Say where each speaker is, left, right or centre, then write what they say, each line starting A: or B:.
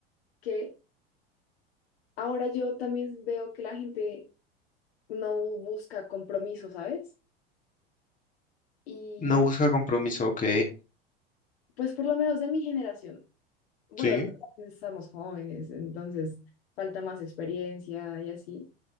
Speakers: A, on the left; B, on the left.
A: que ahora yo también veo que la gente no busca compromiso, ¿sabes? Y
B: No busca compromiso, ok.
A: pues por lo menos de mi generación, bueno,
B: Sí.
A: estamos jóvenes, entonces falta más experiencia y así.